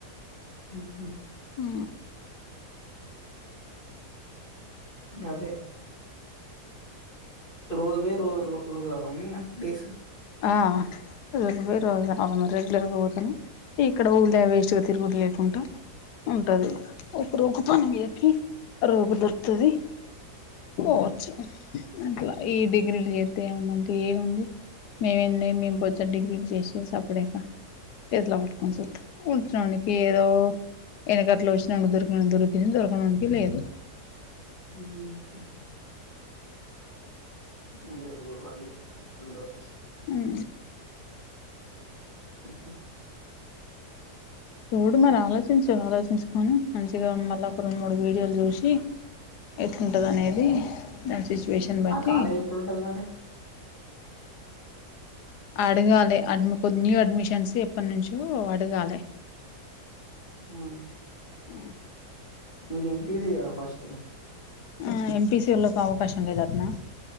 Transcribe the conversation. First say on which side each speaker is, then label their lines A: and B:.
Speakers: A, on the left; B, on the left.
A: హ్ హ్
B: ఆ
A: గదే రోజ్ బై రోజ్ ర రోజ్ రావాల్నా డేస్
B: ఆ రోజు పొయి రోజు రా అ <unintelligible> రెగ్యులర్గా పోతే నె ఇక్కడ ఊర్ల వేస్ట్ గ తిరుగుడు లేకుంట ఉంటది ఒకరు ఒక పని మీదకి రోపు దొరుకుతది పోవచ్చ్ అట్లా ఈ డిగ్రీలు జే తే ఉందంటే ఏముంది మే ఎన్నై మేము బొచ్చెడు డిగ్రీలు చేసేసి అప్పుడే ఇక చేతిలో పట్టుకొని సూత్తాం ఉజ్జోనికి ఏదో ఎనకట్లు వచ్చినానికి దొరికినోనికి దొరికి దొరకనోనికి లేదు
A: ఊహూ అేడు అాల ఇట్ండ <unintelligible>
B: అ
A: <inaudible>
B: చూడు మరి ఆలోచించు ఆలోచించుకొని మంచిగా మళ్ళ ఒక రెండు మూడు వీ వీడియోలు చూసి ఎట్లుంటదని అనేది దాని సిచుయేషన్ బట్టి
A: ఆ కాలేజ్ ఎప్పుడుంటది మరి
B: అడగాలి అడ్మ్ కొద్ద్ న్యూ అడ్మిషన్స్ ఎప్పడి నుంచో అడగాలి
A: ఆ
B: ఆ
A: నేను ఎం పి సి కదా ఫస్ట్
B: ఆ ఎం పి సి వాళ్ళకు అవకాశం లేదటనా